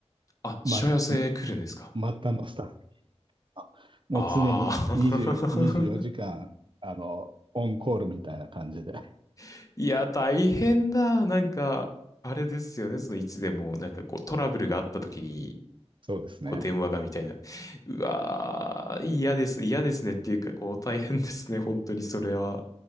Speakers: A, on the left; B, on the right.
A: あ、しわ寄せ来るんですか
B: ま、末端のスタッフが。もう常に20、
A: ああ
B: 24時間、あの、オンコールみたいな感じで。
A: <laughs> いや、大変だ。なんか、あれですよね。その、いつでも、なんかこう、トラブルがあった時に、
B: そうですね。
A: こう電話がみたいな。うわー、嫌ですね。嫌ですねっていうか、こう大変ですね。本当にそれは。